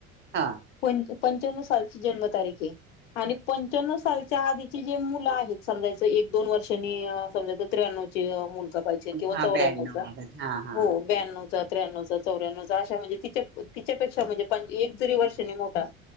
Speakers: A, on the right; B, on the left.
A: हा
B: पंच पंच्चानव सालची जन्म तारीखे हे आणि पंच्याण्णव सालच्या आधीचे जे मुलं आहेत समजायचं एक दोन वर्षांनी समजायच त्र्याण्व चे मुलचा पाहिजे किंवा
A: हा
B: चौऱ्याणव
A: ब्याण्णव
B: चा
A: वगैरे हा हा
B: हो ब्यानवच त्रानव चा चौऱ्यानव अश म्हणजे तिच्यापेक्षा म्हणजे एक जरी वर्षनी मोठा